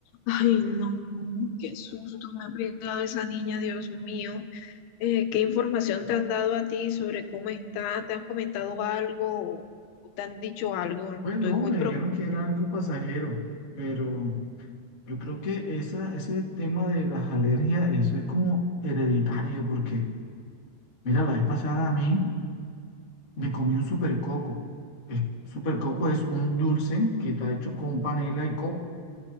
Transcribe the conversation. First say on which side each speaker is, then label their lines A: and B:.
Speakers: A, on the left; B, on the left.
A: Ay, no, qué susto me ha pegado esa niña, Dios mío. Eh, ¿qué información te han dado a ti sobre cómo está? ¿Te han comentado algo o te han dicho algo? Estoy
B: Pues no,
A: muy
B: me dijeron que era algo pasajero, pero yo creo que esa, ese tema de las alergias, eso es como hereditario, porque mira, la vez pasada a mí me comí un supercoco. El supercoco es un dulce que está hecho con panela y coco.